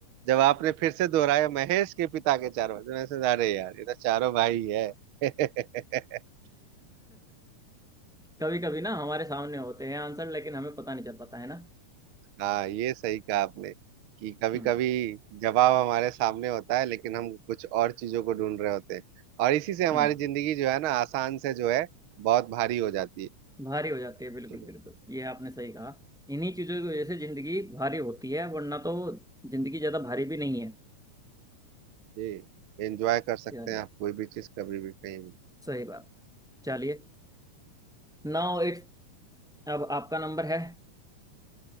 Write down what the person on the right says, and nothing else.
जब आपने फिर से दोहराया महेश के पिता के चार बच्चे मैं सोचा अरे यार ये तो चारों भाई है <laughs>
हाँ ये सही कहा आपने कि कभी
कभी जवाब हमारे सामने होता है लेकिन हम कुछ और चीजों को ढूंढ रहे होते हैं और इसी से हमारी
जिंदगी जो है ना आसान से जो है बहुत भारी हो जाती है
ठीक है
जी एंजॉय कर सकते
हैं आप कोई भी चीज कभी भी कहीं भी